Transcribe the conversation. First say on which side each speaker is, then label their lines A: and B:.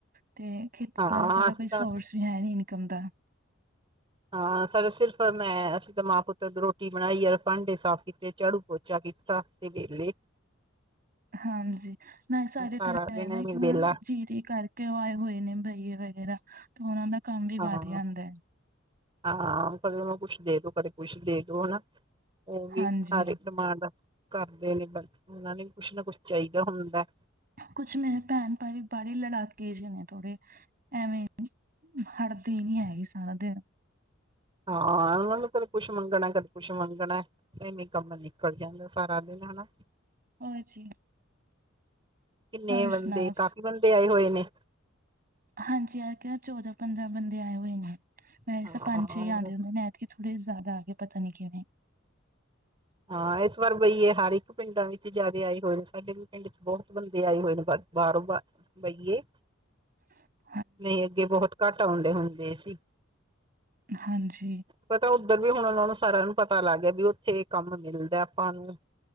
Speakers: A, on the right; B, on the right.
A: ਤੇ ਖੇਤੀ
B: ਹਾਂ
A: ਦਾ ਸਾਡਾ
B: ਅਸੀਂ
A: ਕੋਈ
B: ਤਾਂ
A: ਸੋਰਸ ਵੀ ਹੈ ਨੀ ਇਨਕਮ ਦਾ।
B: ਹਾਂ ਸਾਡੇ ਸਿਰਫ ਮੈਂ ਅਸੀਂ ਤਾਂ ਮਾਂ ਪੁੱਤ ਰੋਟੀ ਬਣਾਈ ਆ ਭਾਂਡੇ ਸਾਫ਼ ਕੀਤੇ, ਝਾੜੂ ਪੋਚਾ ਕੀਤਾ ਤੇ ਵਿਹਲੇ।
A: ਹਾਂਜੀ, ਨਾ ਸਾਰੇ
B: ਸਾਰਾ
A: ਤਾਂ
B: ਦਿਨ
A: ਨਾ
B: ਐਵੇਂ
A: ਕਿ ਹੁਣ
B: ਵੇਲਾ
A: ਜੀਂਦੇ ਕਰ ਤੇ ਉਹ ਆਏ ਹੋਏ ਨੇ ਬਈਏ ਵਗੈਰਾ, ਤੇ ਉਹਨਾਂ ਦਾ ਕੰਮ ਵੀ ਵੱਧ
B: ਹਾਂ-
A: ਜਾਂਦਾ ਹੈ
B: ਹਾਂ, ਕਦੇ ਉਹਨੂੰ ਕੁਛ ਦੇ ਦੋ ਕਦੇ ਕੁਛ ਦੇ ਦੋ ਹੈਨਾ, ਉਹ ਵੀ
A: ਹਾਂਜੀ।
B: ਹਾਰੇ ਡਿਮਾਂਡ ਕਰਦੇ ਨੇ, ਬ ਉਹਨਾਂ ਨੇ ਵੀ ਕੁਛ ਨਾ ਕੁਛ ਚਾਹੀਦਾ ਹੁੰਦਾ।
A: ਕੁਛ ਮੇਰੇ ਭੈਣ ਭਾਈ ਵੀ ਬਾਹੜੀ ਲੜਾਕੇ ਜੇ ਨੇ ਥੋੜੇ, ਐਵੇਂ ਹਟਦੇ ਨੀ ਹੈਗੇ ਸਾਰਾ ਦਿਨ।
B: ਹਾਂ ਉਹਨਾਂ ਨੂੰ ਕਦੇ ਕੁੱਛ ਮੰਗਣਾ ਕਦੇ ਕੁੱਛ ਮੰਗਣੈ। ਐਵੇਂ ਕੰਮ ਨਿਕਲ ਜਾਂਦਾ ਸਾਰਾ ਦਿਨ ਹੈਨਾ।
A: ਹੋਰ ਜੀ।
B: ਕਿੰਨੇ
A: ਹੋਰ
B: ਬੰਦੇ
A: ਸੁਣਾਓ?
B: ਕਾਫੀ ਬੰਦੇ ਆਏ ਹੋਏ ਨੇ?
A: ਹਾਂਜੀ ਅੱਜ ਕਲ ਚੌਦਾਂ ਪੰਦਰਾਂ ਬੰਦੇ ਆਏ ਹੋਏ ਨੇ, ਵੈਸੇ
B: ਹਾਂ
A: ਤਾਂ ਪੰਜ ਛੇ ਈ ਆਉਂਦੇ ਹੁੰਦੇ ਨੇ ਐਤਕੀ ਏ ਥੋੜੇ ਜੇ ਜ਼ਿਆਦਾ ਆ ਗਏ ਪਤਾ ਨੀ ਕਿਵੇਂ?
B: ਹਾਂ ਇਸ ਵਾਰ ਬਈਏ ਹਰ ਇੱਕ ਪਿੰਡਾਂ ਵਿੱਚ ਜਿਆਦੇ ਆਏ ਹੋਏ ਨੇ ਸਾਡੇ ਪਿੰਡ ਚ ਬਹੁਤ ਬੰਦੇ ਆਏ ਹੋਏ ਨੇ ਬਾਹ ਬਾਰੋਂ ਬਈਏ।
A: <inaudible>
B: ਨਹੀਂ ਅੱਗੇ ਬਹੁਤ ਘੱਟ ਆਉਂਦੇ ਹੁੰਦੇ ਸੀ,
A: ਹਾਂਜੀ
B: ਪਤਾ ਉ ਉੱਧਰ ਵੀ ਹੁਣ ਉਹਨਾਂ ਨੂੰ ਸਾਰਿਆਂ ਨੂੰ ਪਤਾ ਲੱਗ ਗਿਆ ਵੀ ਉੱਥੇ ਕੰਮ ਮਿਲਦਾ ਆਪਾਂ ਨੂੰ,